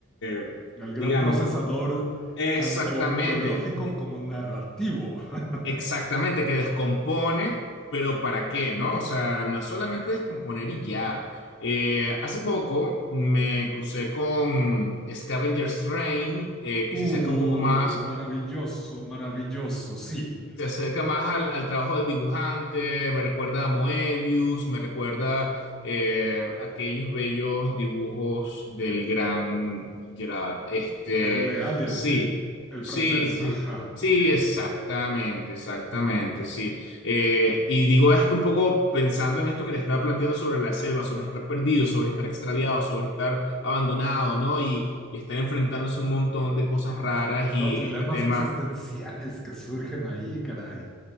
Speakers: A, on the left; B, in the centre.
A: eh,
B: El gran
A: digamos,
B: procesador,
A: exactamente.
B: tanto biológico como narrativo. <laughs>
A: Exactamente, que descompone, pero ¿para qué, no? O sea, no es solamente descomponer y ya. Eh, hace poco me crucé con Scavenger's Reign, eh, que
B: Uh,
A: se acerca un poco más
B: maravilloso, maravilloso, sí.
A: se acerca más al, al trabajo del dibujante, me recuerda a Moebius, me recuerda eh, aquellos bellos dibujos del gran Gerard. Este,
B: El de Alien,
A: sí,
B: sí. El
A: sí,
B: francés,
A: sí.
B: ajá,
A: Sí,
B: sí.
A: exactamente, exactamente, sí. Eh, y digo esto un poco pensando en esto que le estaba planteando sobre la selva, sobre estar perdido, sobre estar extraviado, sobre estar abandonado, ¿no? Y, y estar enfrentándose a un montón de cosas raras y
B: Los dilemas
A: este tema
B: existenciales que surgen ahí, caray.